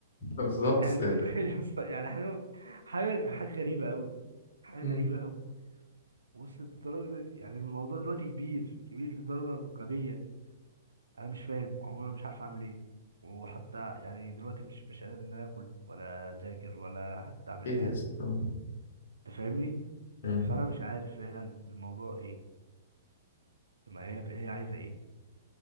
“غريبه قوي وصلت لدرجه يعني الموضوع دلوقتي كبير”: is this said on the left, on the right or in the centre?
Right